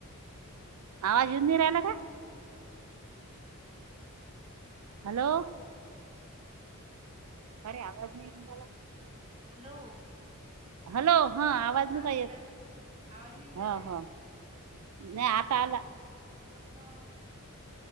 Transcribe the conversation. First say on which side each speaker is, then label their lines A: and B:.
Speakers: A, on the right (about 85°); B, on the right (about 25°).
A: आवाज येऊन राहिला का? हॅलो. अरे आवाज नाही येवून राहिला.
B: हॅलो.
A: हॅलो, हा आवाज नव्हता
B: हा बोला
A: येत,
B: ना आवाज नाही येऊन
A: हा.
B: राहिला काय?
A: ह नाही आता आला.
B: हा....